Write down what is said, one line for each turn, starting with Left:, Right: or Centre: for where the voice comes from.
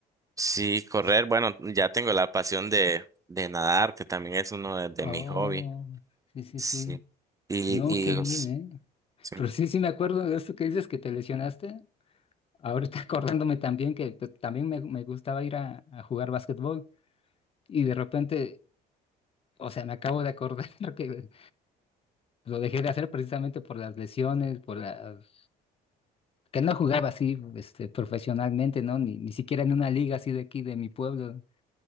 Right: Sí, correr,
Left: Sí.
Right: bueno, ya tengo la pasión de, de nadar, que también es uno de, de
Left: Oh,
Right: mis hobbies.
Left: sí, sí,
Right: Sí.
Left: sí.
Right: Y,
Left: No, qué
Right: y
Left: bien,
Right: os-
Left: ¿eh?
Right: sí.
Left: Pero sí, sí me acuerdo de esto que dices que te lesionaste. Ahorita <laughs> acordándome también que pues, también me, me gustaba ir a, a jugar básquetbol y de repente, o sea, me acabo de acordar <laughs> que lo dejé de hacer precisamente por las lesiones, por las que no jugaba así, este, profesionalmente, ¿no? Ni, ni siquiera en una liga así de aquí, de mi pueblo.